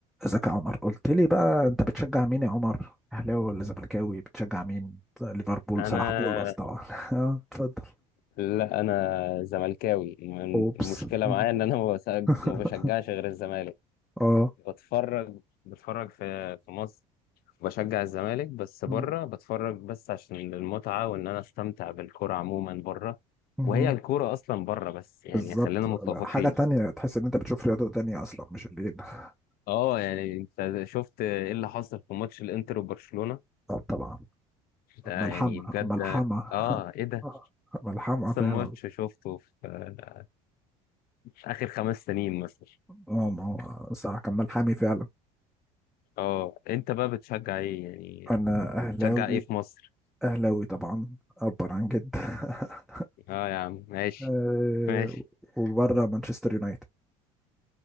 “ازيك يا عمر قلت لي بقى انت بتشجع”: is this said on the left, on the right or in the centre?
Centre